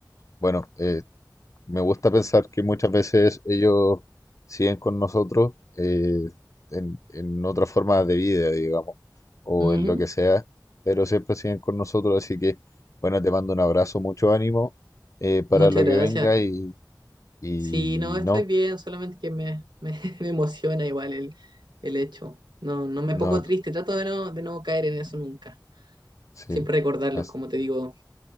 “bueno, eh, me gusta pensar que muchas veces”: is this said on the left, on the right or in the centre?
Left